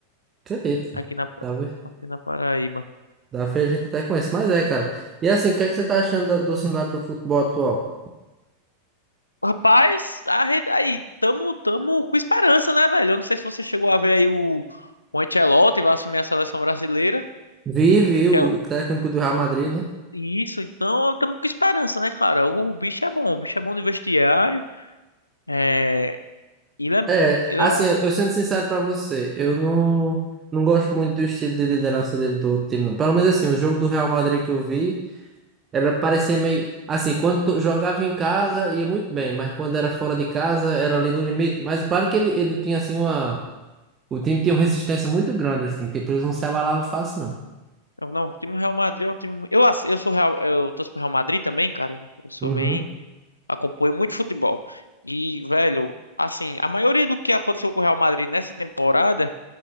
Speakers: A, on the right (about 25°); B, on the left (about 80°).
A: Acredito.
B: Aqui na, Pa-
A: Tá, vendo?
B: aqui na Paraíba.
A: da feira a gente até conhece, mas é, cara. E assim, o que é que você tá achando da- do cenário do futebol atual?
B: Rapaz, a rede- aí, tamo, tamo com esperança, né, velho? Eu não sei se você chegou a ver aí o, o Ancelotti vai assumir a seleção brasileira.
A: Vi, vi,
B: O que
A: o
B: é-
A: o técnico do Real Madrid, né?
B: isso, então tamo com esperança, né, cara? O, bicho é bom, o bicho é bom de vestiário. É, ele é,
A: É,
B: ele
A: assim,
B: é um.
A: eu, eu sendo sincero pra você, eu não, não gosto muito do estilo de liderança dele do time, não. Pelo menos assim, o jogo do Real Madrid que eu vi, ela parecia meio. Assim, quando to- jogava em casa ia muito bem, mas quando era fora de casa era ali no limite. Mas é claro que ele, ele tinha assim uma. O time tinha uma resistência muito grande, assim, tipo, eles não se abalavam fácil, não.
B: é um, Não, o time do Real Madrid é um time. Eu, ass- eu sou Real, eu torço pro Real Madrid também, cara. Eu sou
A: Uhum,
B: bem. Acompanho muito futebol. E, velho, assim, a maioria do que aconteceu com o Real Madrid nessa temporada.